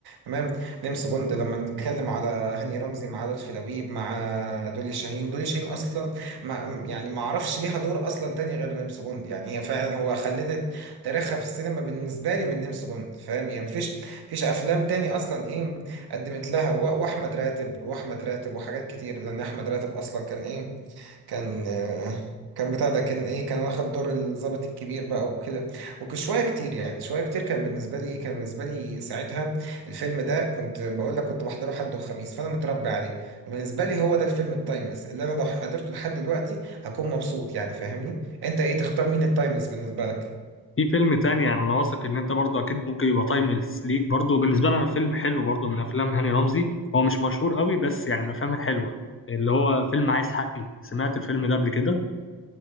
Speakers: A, on the right; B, on the left.
A: تمام نمس بوند لما نتكلم على هاني رمزي مع لطفي لبيب مع دولي شاهين دولي شاهين أصلا ما يعني ما أعرفش ليها دور أصلا تاني غير نمس بوند يعني هي فعلا هو خلدت تاريخها في السينما بالنسبة لي من نمس بوند فاهم يعني مفيش مفيش أفلام تاني أصلا إيه قدمت لها و- وأحمد راتب وأحمد راتب وحاجات كتير لأن أحمد راتب أصلا كان إيه كان كان بتاع ده كان ايه كان واخد دور الضابط الكبير بقى وكده وشويه كتير يعني شويه كتير كان بالنسبه لي ايه كان بالنسبه لي ساعتها الفيلم ده كنت بقول لك كنت بحضره حد وخميس فانا متربي عليه بالنسبه لي هو ده الفيلم التايمليس اللي انا لو حضرته لحد دلوقتي هكون مبسوط يعني فاهمني انت ايه تختار مين التايمليس بالنسبه لك
B: في فيلم تاني يعني انا واثق ان انت برضو اكيد ممكن يبقى تايمليس ليك برضو وبالنسبه لي انا فيلم حلو برضو من افلام هاني رمزي هو مش مشهور قوي بس يعني من الافلام الحلوه اللي هو فيلم عايز حقي سمعت الفيلم ده قبل كده